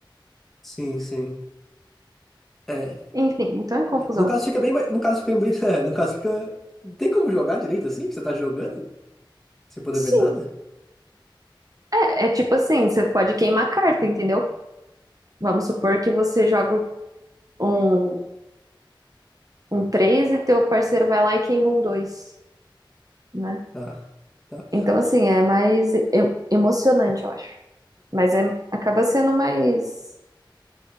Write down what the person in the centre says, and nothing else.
Sim, sim. É.
No caso fica bem, mais- no caso fica bem, <laughs> é, no caso fica, não tem como jogar direito assim? Você tá jogando sem poder
ver nada?
Tá. tá.